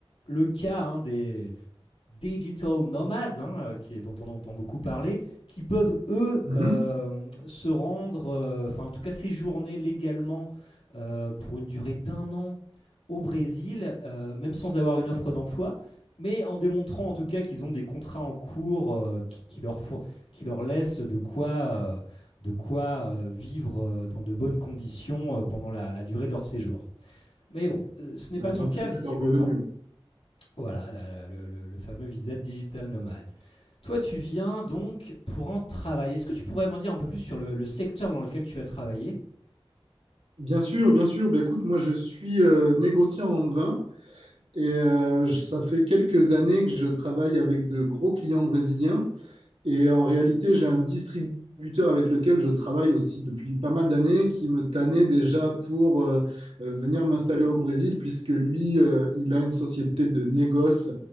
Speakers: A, on the left (about 80°); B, on the right (about 80°).
A: le cas hein, des, digital nomads, hein, euh, qui est, dont on entend beaucoup parler, qui peuvent, eux,
B: Mhm.
A: euh, se rendre, euh, enfin en tout cas séjourner légalement euh, pour une durée d'un an au Brésil, euh, même sans avoir une offre d'emploi, mais en démontrant en tout cas qu'ils ont des contrats en cours euh, qui, qui leur, fo- qui leur laissent de quoi, euh, de quoi euh, vivre euh, dans de bonnes conditions euh, pendant la, la durée de leur séjour. Mais bon, euh, ce n'est
B: Ouais,
A: pas
B: Ils
A: ton
B: doivent
A: cas
B: prouver
A: visiblement.
B: leurs revenus.
A: Voilà, la- le, le- le fameux visa Digital Nomad. Toi, tu viens donc pour en travailler. Est-ce que tu pourrais m'en dire un peu plus sur le, le secteur dans lequel tu vas travailler
B: Bien sûr, bien sûr. Ben, écoute, moi, je suis euh, négociant en vin et euh, je- ça fait quelques années que je travaille avec de gros clients brésiliens. Et en réalité, j'ai un distributeur avec lequel je travaille aussi depuis pas mal d'années qui me tannait déjà pour euh, euh, venir m'installer au Brésil, puisque lui, euh, il a une société de négoce